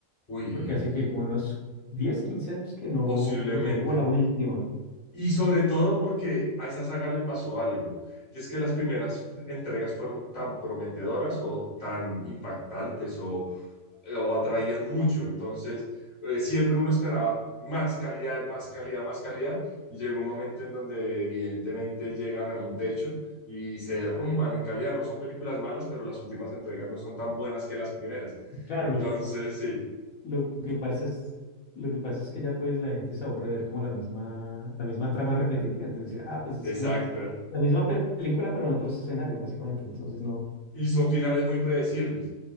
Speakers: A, on the left (about 40°); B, on the left (about 80°).
A: Uy,
B: porque hace que como unos 10 15 años que no,
A: posiblemente.
B: que fue como la última.
A: Y sobre todo porque a esa saga le pasó algo. Y es que las primeras entregas fueron tan prometedoras o tan impactantes o, eh, o atraían mucho. Entonces, eh, siempre uno esperaba más calidad, más calidad, más calidad, y llegó un momento en donde evidentemente llegan a un techo y se derrumban en calidad. No son películas malas, pero las últimas entregas no son tan buenas que las primeras.
B: Claro,
A: Entonces,
B: lo que, pa-
A: sí,
B: Lo que pasa es, lo que pasa es que ya pues la gente se aburre de ver como la misma, la misma trama repetitiva. Entonces dice, ah, pues es
A: exacto.
B: como la misma pe- película, pero en otros escenarios, básicamente. Entonces no,
A: Y son finales muy predecibles.